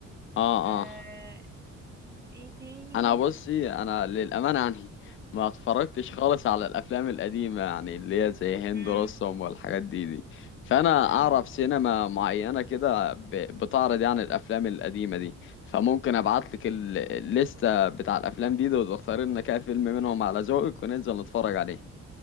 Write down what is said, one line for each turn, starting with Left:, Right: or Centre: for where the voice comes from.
Left: اه
Right: أه
Left: اه
Right: في ايه تاني
Left: انا بصي انا للامانه يعني ما اتفرجتش خالص على الافلام القديمه يعني اللي هي زي هند
Right: امم
Left: رستم والحاجات دي دي فانا اعرف
Right: اه
Left: سينما معينه كده ب- بتعرض يعني الافلام القديمه دي فممكن ابعت
Right: مم.
Left: لك ال- الليسته بتاع الافلام دي, دي وتختاري لنا كده فيلم منهم على ذوقك وننزل نتفرج عليه